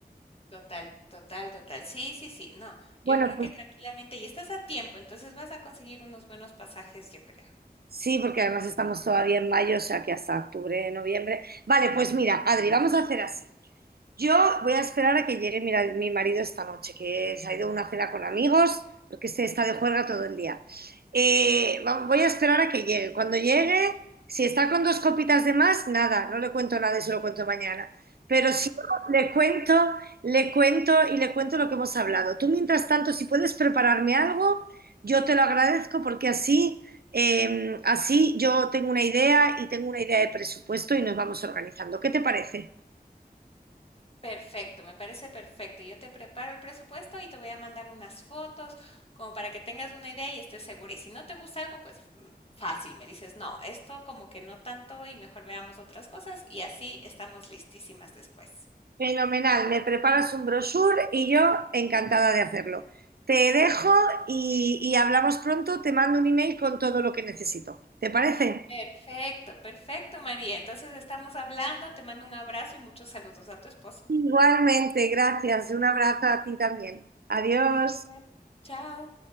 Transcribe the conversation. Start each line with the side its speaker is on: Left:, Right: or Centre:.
Left: Total, total, total. Sí, sí, sí, no.
Right: Bueno,
Left: Yo creo que
Right: pues
Left: tranquilamente, y estás a tiempo, entonces vas a conseguir unos buenos pasajes, yo creo.
Right: Sí, porque además estamos todavía en mayo, o sea que hasta octubre, noviembre. Vale, pues mira, Adri, vamos a hacer así. Yo voy a esperar a que llegue mi, mi marido esta noche, que se ha ido a una cena con amigos, porque este está de juerga todo el día. Eh, voy a esperar a que llegue. Cuando llegue, si está con dos copitas de más, nada, no le cuento nada y se lo cuento mañana. Pero si no, le cuento, le cuento y le cuento lo que hemos hablado. Tú, mientras tanto, si puedes prepararme algo, yo te lo agradezco porque así, eh, así yo tengo una idea y tengo una idea de presupuesto y nos vamos organizando. ¿Qué te parece?
Left: Perfecto, me parece perfecto. Yo te preparo el presupuesto y te voy a mandar unas fotos como para que tengas una idea y estés segura. Y si no te gusta algo, pues mm, fácil, me dices, no, esto como que no tanto y mejor veamos otras cosas y así estamos listísimas después.
Right: Fenomenal, me preparas un brochure y yo encantada de hacerlo. Te dejo y, y hablamos pronto, te mando un email con todo lo que necesito. ¿Te parece?
Left: Perfecto, perfecto, María. Entonces estamos hablando, te mando un abrazo y muchos saludos a tu esposo.
Right: Igualmente, gracias. Un abrazo a ti también. Adiós.
Left: Igual. Chao.